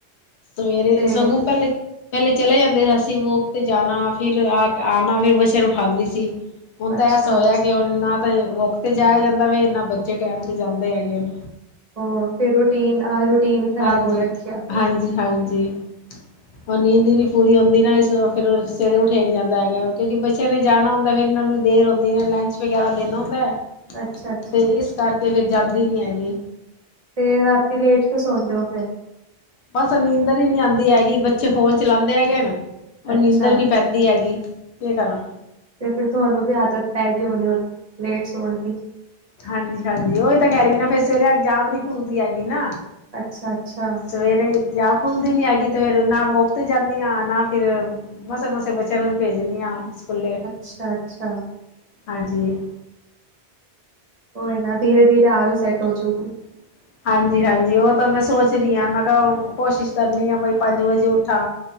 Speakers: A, on the left; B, on the right.
A: ਸਵੇੇਰੇ
B: ਤੇ
A: ਸਗੋਂ ਪਹਿਲੇ, ਪਹਿਲੇ ਚਲੇ ਜਾਂਦੇ ਸੀ, ਅਸੀਂ ਵੋਕ ਤੇ ਜਾਣਾ ਫਿਰ ਆ ਕੇ ਆਣਾ ਫਿਰ ਬੱਚਿਆ ਨੂੰ ਉੱਠਾਦੀ ਸੀ। ਹੁਣ ਤਾਂ
B: ਅੱਛਾ,
A: ਬਸ ੲਿਹ ਕਿ ਹੁਣ ਨਾ ਤੇ ਵੋਕ ਤੇ ਜਾਇਆ ਜਾਂਦਾ ਵੇ ਨਾ ਬੱਚੇ ਟੈਮ ਤੇ ਜਾਂਦੇ ਹੈਗੇ ਨੇ।
B: ਔਰ ਫਿਰ ਰੂਟੀਨ ਆਹ ਰੂਟੀਨ ਖ਼ਰਾਬ
A: ਹਾਂਜੀ,
B: ਹੋ ਰੱਖਿਆ ਫਿਰ।
A: ਹਾਂਜੀ। ਹੁਣ ਨੀਂਦ ਹੀ ਨੀ ਪੂਰੀ ਹੁੰਦੀ ਨਾ ਇਸ ਫੇਰ ਸਵੇਰੇ ਉੱਠਿਆ ਨੀ ਜਾਂਦਾ ਹੈਗਾ ਕਿਉਂਕਿ ਬ ਚਲੋ ਜਾਣਾ ਹੁੰਦਾ ਫੇਰ ਇਹਨਾਂ ਨੂੰ ਦੇਰ ਹੋਦੀ ਲੰਚ ਵਗੈਰਾ ਦੇਣਾ ਹੁੰਦੈ।
B: ਅੱਛਾ-ਅੱਛਾ
A: ਤੇ ਇਸ ਕਰਕੇ ਫਿਰ ਜਾਂਦੀ ਨੀ ਹੈਗੀ।
B: ਤੇ ਰਾਤੀ ਲੇਟ ਕਿਉਂ ਸੌਣਦੇ ਹੋ ਫੇਰ?
A: ਬਸ ਨੀਂਦਰ ਹੀ ਨਹੀਂ ਆਉਂਦੀ ਹੈਗੀ ਬੱਚੇ ਫੋਨ ਚਲਾਉਂਦੇ ਹੈਗੇ ਹਨ। ਉਹ
B: ਅੱਛਾ
A: ਨੀਂਦਰ ਨੀ ਪੈਂਦੀ ਹੈਗੀ ਕਿ ਕਰਾਂ,
B: ਤੇ ਫਿਰ ਤੁਹਾਨੂੰ ਵੀ ਆਦਤ ਪੈ ਗਈ ਹੋਣੀ ਹੁਣ ਲੇਟ ਸੌਣ ਦੀ,
A: ਹਾਂਜੀ-ਹਾਂਜੀ, ਉਹੀ ਤਾਂ ਕਹਿ ਰਹੀ ਨਾ ਫੇਰ ਸਵੇਰੇ ਜਾਗ ਨੀ ਖੁੱਲਦੀ ਹੈਗੀ ਨਾ।
B: ਅੱਛਾ-ਅੱਛਾ।
A: ਸਵੇਰੇ ਜਾਗ ਖੁੱਲਦੀ ਨੀ ਹੈਗੀ ਤੇ ਫਿਰ ਨਾ ਵੋਕ ਤੇ ਜਾਂਦੀ ਹਾਂ ਨਾ ਫੇਰ, ਮਸੇ-ਮਸੇ ਬੱਚਿਆਂ ਨੂੰ ਭੇਜਦੀ ਹਾਂ ਸਕੂਲੇ,
B: ਅੱਛਾ-ਅੱਛਾ
A: ਹਾਂਜੀ।
B: ਕੋਈ ਨਾ ਧੀਰੇ-ਧੀਰੇ ਆ ਵੀ ਸੈਟ ਹੋ ਜੁਗੀ।
A: <inaudible> ਹਾਂਜੀ-ਹਾਂਜੀ, ਉਹ ਤਾਂ ਮੈਂ ਸੋਚ ਰਹੀ ਹਾਂ ਮੈਂ ਕਿਹਾ ਕੋਸ਼ਿਸ਼ ਕਰਨੀ ਆ ਬਈ ਪੰਜ ਵਜੇ ਉੱਠਾ।